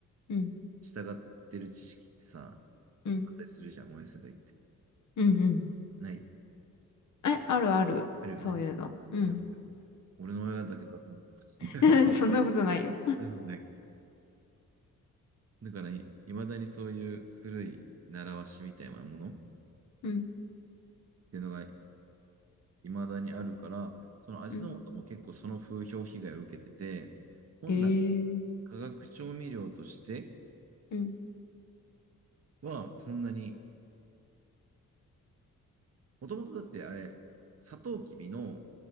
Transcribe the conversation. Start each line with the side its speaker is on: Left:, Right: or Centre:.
Left: うん、
Right: 従ってる知識ってさ、
Left: うん、
Right: あったりするじゃん、親世代って。
Left: うん、うん。
Right: ない
Left: え、あるある。
Right: あるよね。
Left: そういうの。うん。
Right: うん、よかったよかった。俺の親だけかと思っ
Left: <laughs>
Right: た。
Left: そんなことないよ。
Right: <laughs> なのでだからい、まだにそういう古い習わしみたいなものっ
Left: うん、
Right: ていうのがいまだにあるから、その味の素も結構その風評被害を受けてて、
Left: うん。
Right: 本来
Left: ええ、
Right: 化学調味料として
Left: うん、
Right: はそんなに、もともとだってあれ、サトウキビの、